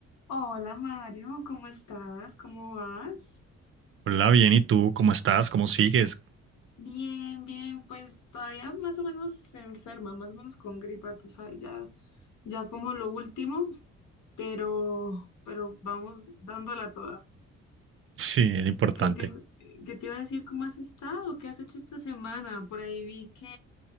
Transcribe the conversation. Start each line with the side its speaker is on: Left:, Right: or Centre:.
Left: Hola Mario, ¿cómo estás? ¿Cómo vas?
Right: Hola, bien, ¿y tú cómo estás? ¿Cómo sigues?
Left: Bien, bien, pues todavía más o menos enferma, más o menos con gripa, tú sabes, ya, ya como lo último, pero, pero vamos dándola toda.
Right: Sí, es importante.
Left: ¿Qué te, qué te iba a decir? ¿Cómo has estado? ¿Qué has hecho esta semana? Por ahí vi que,